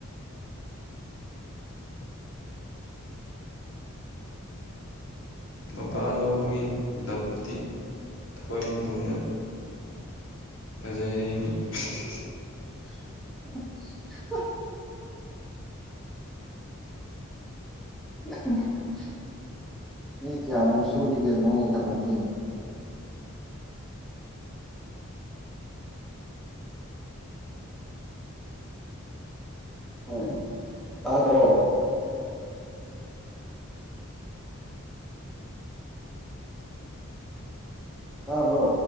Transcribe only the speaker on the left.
ꯃꯄꯥ ꯂꯧꯕꯒꯤ ꯗꯞꯇꯤ ꯊꯕꯛ ꯃꯐꯝꯗ ꯐꯖꯩ ꯍꯥꯏꯅꯤ <unintelligible>